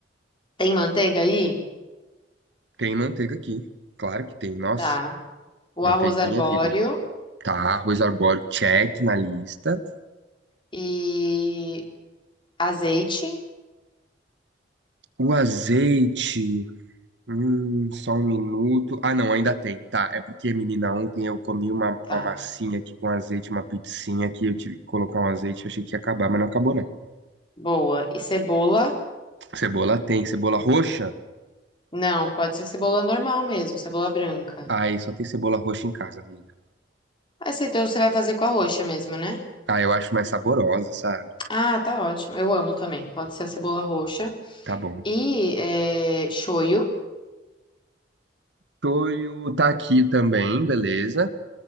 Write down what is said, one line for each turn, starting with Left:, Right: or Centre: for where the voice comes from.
Left: Tem manteiga aí?
Right: Tem manteiga aqui, claro que tem. Nossa,
Left: Tá. O
Right: manteiguinha
Left: arroz arbóreo
Right: é vida. Tá, arroz arbóreo, check na lista.
Left: e azeite,
Right: O azeite. Hum, só um minuto. Ah, não, ainda tem. Tá, é porque, menina, ontem eu comi uma, uma
Left: tá.
Right: massinha aqui com azeite, uma pizzinha que eu tive que colocar um azeite, achei que ia acabar, mas não acabou, não.
Left: Boa. E cebola?
Right: Cebola tem. Cebola roxa?
Left: Não, pode ser cebola normal mesmo, cebola branca.
Right: Ai, só tem cebola roxa em casa, amiga.
Left: Essa então você vai fazer com a roxa mesmo, né?
Right: Ah, eu acho mais saborosa, sabe?
Left: Ah, tá ótimo. Eu amo também. Pode ser a cebola roxa.
Right: Tá bom.
Left: E é, shoyu,
Right: Toio tá aqui também, beleza.